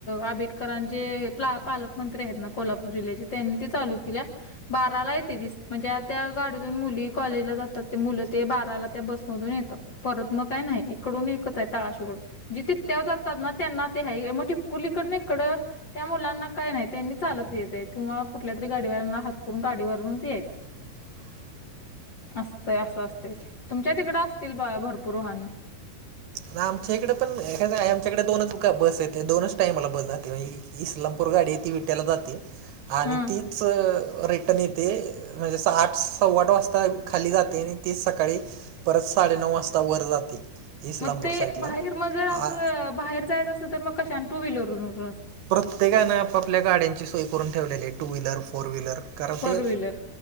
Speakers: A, on the left; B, on the right.
A: आबेडकरां जे पालकमंत्री आहेत ना कोल्हापूर जिल्ह्याचे. त्यांनी ते चालू केल्या. बाराला येते दिस म्हणजे त्या गाडीतून मुली कॉलेजला जातात, ते मुलं ते बाराला त्या बसमधून येतात. परत मग काय नाही, इकडून एकच आहे तळाशी कडून जिथे त्या जातात ना त्यांना ते हाय मग टिपकुलीकडन इकडं त्या मुलांना काय नाही, त्यांनी चालत यायचंय किंवा कुठल्या तरी गाडीवांल्याना हात करून गाडीवरूनच यायच.
B: <inaudible>
A: असतय असं असतंय ते, तुमच्या तिकडं असतील बघा भरपूर वाहनं.
B: ना आमच्या इकडे पण कसाय आमच्याकडे दोनच बस येते दोनच टाईमाला बस जाते बाई. इस्लामपूर गाडी ती विट्याला जाते आणि
A: हा
B: तीच रिटर्न येते, म्हणजे आठ सव्वाठ वाजता खाली जाते आणि तेच सकाळी. परत साडेनऊ वाजता वर जाते. इस्लामपूर
A: मग ते
B: साईडला
A: बाहेर मग जर असं
B: आ
A: बाहेर जायचं असल, तर मग कशा टू व्हीलर असं
B: प्रत्येकानं आपापल्या गाड्यांची सोय करून ठेवलेली आहे टू व्हीलर फोर व्हीलर. कारण
A: फोर
B: ते
A: व्हीलर